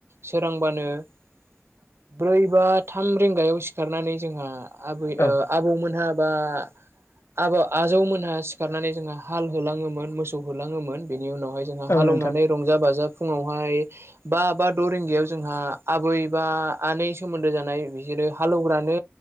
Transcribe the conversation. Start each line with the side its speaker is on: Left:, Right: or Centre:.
Right: सोरांबा बानो <unintelligible> ब्रै बा थाम रिंगायाव सिखारनानै जोंहा आबै ओ
Left: औ
Right: आबौमोनहा बा आब आजौमोनहा सिखारनानै जोंहा हाल होलाङोमोन मोसौ होलाङोमोन बेनि उनाव जोंहा हालौनानै
Left: औ नोंथां
Right: रंजा बाजा फुङावहाय बा बा द' रिंगायाव जोंहा आबै बा आनै सोमोन्दो जानाय बि सोरो हालौवग्रानो